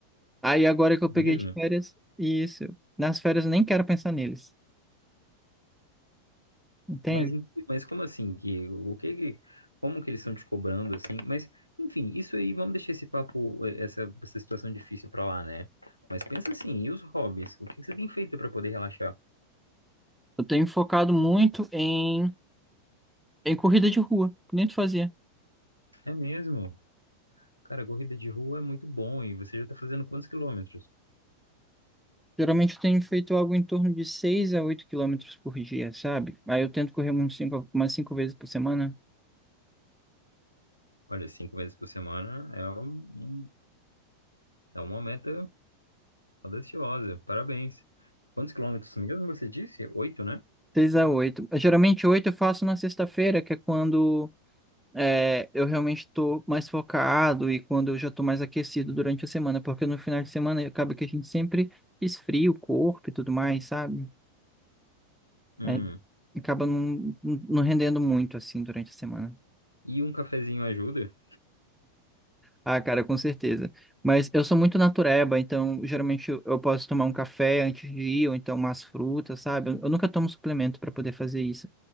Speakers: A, in the centre; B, on the left.
A: Aí, agora que eu
B: mesmo.
A: peguei de férias, isso, nas férias eu nem quero pensar neles, entende?
B: Mas, em- mas como assim que o que que- como que eles estão te cobrando assim? Mas enfim, isso aí vamos deixar esse papo eh, essa, essa situação difícil pra lá, né? Mas pensa assim, e os hobbies? O que que você tem feito pra poder relaxar?
A: Eu tenho focado muito em em corrida de rua, que nem tu fazia.
B: É mesmo? Cara, corrida de rua é muito bom e você já tá fazendo quantos quilômetros?
A: Geralmente eu tenho feito algo em torno de 6 a 8 quilômetros por dia, sabe? Aí eu tento correr uns cinco, umas cinco vezes por semana.
B: Olha, cinco vezes por semana é um, um- é uma meta audaciosa. Parabéns. Quantos quilômetros mesmo você disse? Oito, né?
A: 6 a 8. Geralmente 8 eu faço na sexta-feira, que é quando é, eu realmente estou mais focado e quando eu já estou mais aquecido durante a semana, porque no final de semana acaba que a gente sempre esfria o corpo e tudo mais, sabe?
B: Hum.
A: Aí acaba não, não não rendendo muito assim durante a semana.
B: E um cafezinho ajuda?
A: Ah, cara, com certeza. Mas eu sou muito natureba, então geralmente eu, eu posso tomar um café antes de ir, ou então umas frutas, sabe? Eu, eu nunca tomo suplemento para poder fazer isso.